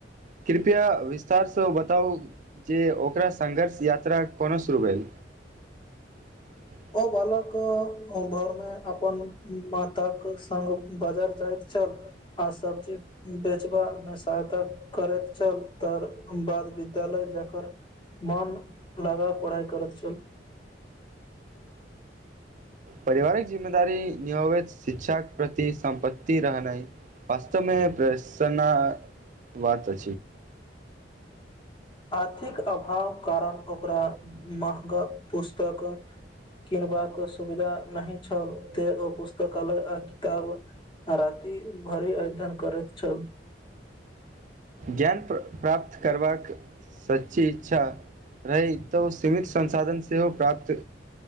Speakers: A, on the right; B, on the left.
A: कृपया विस्तार सँ बताउ जे ओकरा संघर्ष यात्रा कोना शुरू भेल <inaudible>
B: ओ बालक घर मे अपन माताक के संग बाजर जाइत छल आ सब्जी बेचबामे सहायता करैत छल तर बाद विद्यालय जाकर मन लगा पढ़ाइ करैत छल
A: पारिवारिक जिम्मेदारी नियबैत शिक्षाक प्रति सम्प्तति रहनाइ वास्तमे प्रसनाताखकबात
B: आर्थिक अभावक कारण ओकरा महगा पुस्तक किनबाक सुविधा नहिी छल ते ओ पुस्तकालय आ किताब राति भरि अध्ययन करैत छल
A: ज्ञान प्राप्त करबाक सच्ची इच्छा रहै तऽ सीमित संसाधन सेहो प्राप्त